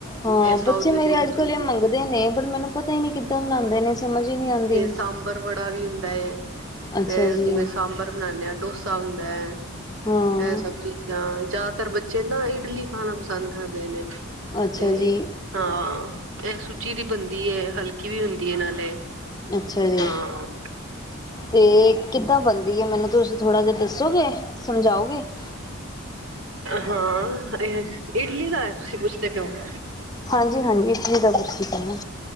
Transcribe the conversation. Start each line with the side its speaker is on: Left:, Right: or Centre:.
Left: ਹਾਂ ਬੱਚੇ
Right: ਸਾਊਥ
Left: ਮੇਰੇ
Right: ਇੰਡੀਆ ਵਿੱਚ
Left: ਅੱਜ-ਕੱਲ੍ਹ
Right: ਹੁੰਦੀਆਂ।
Left: ਇਹ ਮੰਗਦੇ ਨੇ, ਪਰ ਮੈਨੂੰ ਪਤਾ ਹੀ ਨੀ ਕਿੱਦਾਂ ਬਨਾਂਦੇ ਨੇ ਸਮਝ ਹੀ ਨਹੀਂ ਆਉਂਦੀ
Right: ਤੇ ਸਾਂਬਰ ਬੜਾ ਵੀ ਬੈ
Left: ਅੱਛਾ
Right: ਤੇ
Left: ਜੀ
Right: ਜਿਵੇਂ ਸਾਂਬਰ ਬਣਾਦੇ ਆਂ, ਡੋਸਾ ਸੌਦਾ ਹੈ।
Left: ਹਾਂ
Right: ਇਹ ਸਭ ਚੀਜ਼ਾਂ, ਜ਼ਿਆਦਾਤਰ ਬੱਚ ਚੇ ਤਾਂ ਇਡਲੀ ਖਾਣਾ ਪਸੰਦ ਕਰਦੇ ਨੇ।
Left: ਅੱਛਾ
Right: ਤੇ
Left: ਜੀ
Right: ਹਾਂ। ਇਹ ਸੂਜੀ ਦੀ ਬਣਦੀ ਹੈ ਹਲਕੀ ਵੀ ਹੁੰਦੀ ਏ ਨਾਲੇ।
Left: ਅੱਛਾ ਜੀ
Right: ਹਾਂ
Left: ਤੇ ਕਿੱਦਾਂ ਬਣ? ਮੈਨੂੰ ਤੁਸੀ ਥੋੜ੍ਹਾ ਜਿਹਾ ਦੱਸੋਗੇ ਸਮਝਾਓਗੇ <inaudible>
Right: ਹਾਂ ਇਹ ਇਡਲੀ ਦਾ, ਤੁਸੀਂ ਪੁੱਛਦੇ <unintelligible>
Left: ਹਾਂਜੀ ਹਾਂਜੀ। ਇਡਲੀ ਦਾ ਪੁੱਛਦੀ ਪਈ ਮੈ